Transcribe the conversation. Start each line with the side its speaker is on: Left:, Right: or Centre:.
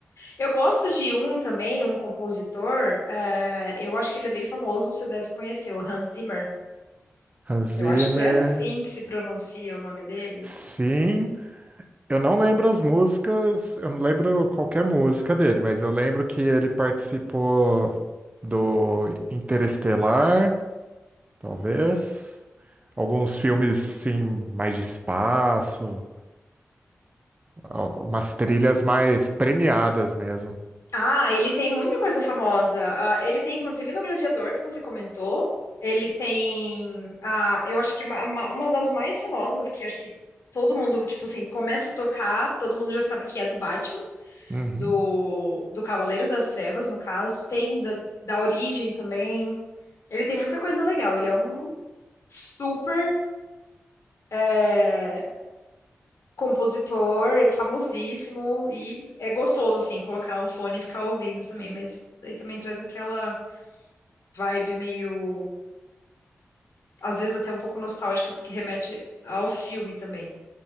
Left: Eu gosto de um também, um compositor, eh, eu acho que ele é bem famoso, você deve conhecer, o Hans Zimmer.
Right: Hans
Left: Eu
Right: Zimmer,
Left: acho que é assim que se pronuncia o nome dele.
Right: sim. Eu não lembro as músicas, eu não lembro qualquer música dele, mas eu lembro que ele participou do Interestelar. Talvez alguns filmes sim mais de espaço, al- umas trilhas mais premiadas mesmo.
Left: Ah, ele tem muita coisa famosa. Ah, ele tem, inclusive, no Gladiador, que você comentou. Ele tem, ah, eu acho que uma, uma uma das mais famosas, que acho que todo mundo, tipo assim, começa a tocar, todo mundo já sabe que é do Batman,
Right: Uhum.
Left: do, do Cavaleiro das Trevas, no caso. Tem da, da Origem também. Ele tem muita coisa legal. Ele é um super, eh, compositor, famosíssimo, e é gostoso, assim, colocar o fone e ficar ouvindo também, mas daí também traz aquela vibe meio, às vezes até um pouco nostálgica, porque remete ao filme também.